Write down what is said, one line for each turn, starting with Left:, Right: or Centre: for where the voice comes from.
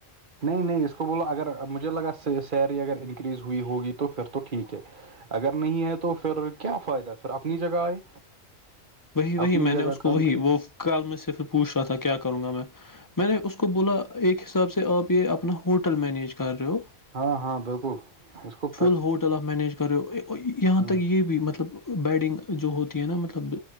Right: نہیں نہیں اس کو بولو اگر مجھے لگا سیلری اگر انکریز ہوئی ہوگی تو پھر تو ٹھیک ہے اگر نہیں ہے تو پھر کیا فائدہ پھر اپنی جگہ آئے
Left: وہی وہی
Right: اپنی
Left: میں
Right: جگہ
Left: نے اس کو
Right: کام
Left: وہی
Right: کرے
Left: وہ کل مجھ سے پھر پوچھ رہا تھا کیا کروں گا میں میں نے اس کو بولا ایک حساب سے آپ یہ اپنا ہوٹل مینیج کر رہے ہو
Right: ہاں ہاں بالکل اس کو
Left: فل ہوٹل آف مینیج کر رہے ہو یہاں
Right: ہ
Left: تک یہ بھی مطلب بیڈنگ جو ہوتی ہے نا مطلب